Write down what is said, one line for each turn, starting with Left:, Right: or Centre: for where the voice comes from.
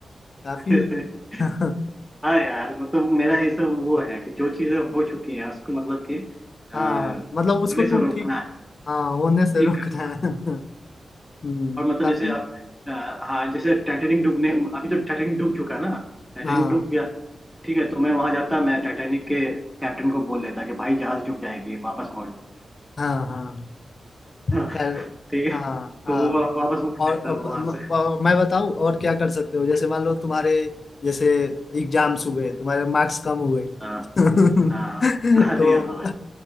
Left: काफी
Centre: <laughs>
Left: <laughs>
Centre: हाँ यार मतलब मेरा ये सब वो है कि जो चीजें हो चुकी हैं उसको मतलब कि अ,
Left: हाँ
Centre: होने
Left: मतलब उसको
Centre: से
Left: तुम
Centre: रोकना
Left: ठीक
Centre: है
Left: हाँ होने से
Centre: ठीक
Left: रोकना
Centre: करना है
Left: है <laughs> हम्म
Centre: और मतलब
Left: काफी
Centre: जैसे आप अ, हाँ जैसे टाइटेनिक डूबने अभी तो टाइटेनिक डूब चुका है ना टाइटेनिक
Left: हाँ
Centre: डूब गया ठीक है तो मैं वहां जाता मैं टाइटैनिक के कैप्टन को बोल देता कि भाई जहाज डूब जाएगी वापस मोड़ लो
Left: हाँ हाँ
Centre: हाँ,
Left: यार,
Centre: ठीक है
Left: हाँ हाँ
Centre: तो वो वा- वापस मोड़
Left: और
Centre: लेता है
Left: अब
Centre: वहां
Left: म-
Centre: से
Left: और मैं बताऊँ और क्या कर सकते हो जैसे मान लो तुम्हारे जैसे एग्जाम्स हुए तुम्हारे मार्क्स कम हुए
Centre: हाँ
Left: <laughs>
Centre: हाँ अरे
Left: तो
Centre: हाँ